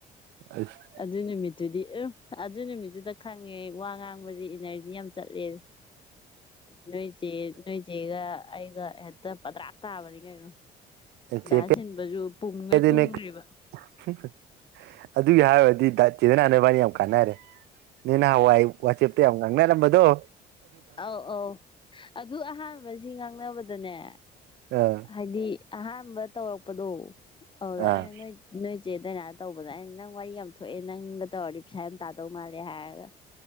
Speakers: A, on the right; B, on the left.
A: <unintelligible>
B: ꯑꯗꯨ ꯅꯨꯃꯤꯠꯇꯨꯗꯤ ꯑ ꯑꯗꯨ ꯅꯨꯃꯤꯠꯇꯨꯗ ꯈꯪꯉꯦ ꯋꯥ ꯉꯥꯡꯕꯖꯦ ꯏꯅꯔꯖꯤ ꯌꯥꯝ ꯆꯠꯂꯦꯖꯦ ꯅꯣꯏꯆꯦ ꯅꯣꯏꯆꯦꯒ ꯑꯩꯒ ꯍꯦꯛꯇ ꯄꯗ꯭ꯔꯥꯛ ꯇꯥꯕꯅꯤ ꯀꯩꯅꯣ
A: ꯆꯦ
B: ꯗꯥ ꯁꯤꯟꯕꯁꯨ ꯄꯨꯝꯒꯩ
A: ꯄꯦꯗꯤ
B: ꯇꯨꯝꯒ꯭ꯔꯤꯕ
A: ꯅꯣꯏ <unintelligible> ꯑꯗꯨꯒꯤ ꯍꯥꯏꯨꯔꯗꯤ ꯗ ꯆꯦ ꯗꯥꯏꯅ ꯅꯣꯏꯕꯥꯟꯅꯤ ꯌꯥꯝ ꯀꯥꯟꯅꯔꯦ ꯅꯣꯢ ꯉꯍꯥꯟ ꯋꯥꯏ ꯋꯥꯆꯦꯞꯇ ꯌꯥꯝ ꯉꯥꯡ ꯅꯔꯝꯕꯗꯨꯣ
B: ꯑꯧ ꯑꯧ ꯑꯗꯨ ꯑꯍꯥꯟꯕ ꯁꯤ ꯉꯥꯡꯅꯕꯗꯅꯦ
A: ꯑꯥ
B: ꯍꯥꯏꯗꯤ ꯑꯍꯥꯟꯕ ꯇꯧꯔꯛꯄꯗꯣ ꯑꯗꯨꯗ
A: ꯑꯥ
B: ꯑꯩꯅ ꯅꯣꯏ ꯅꯣꯏꯆꯦ ꯗꯥꯏꯅꯥ ꯇꯧꯕꯗ ꯑꯩꯅ ꯅꯪ ꯋꯥꯔꯤ ꯌꯥꯝ ꯊꯣꯛꯑꯦ ꯅꯪꯒ ꯇꯧꯔꯗꯤ ꯄꯩꯁꯥ ꯌꯥꯝ ꯇꯥꯗꯧ ꯃꯥꯜꯂꯦ ꯍꯥꯏꯔꯒ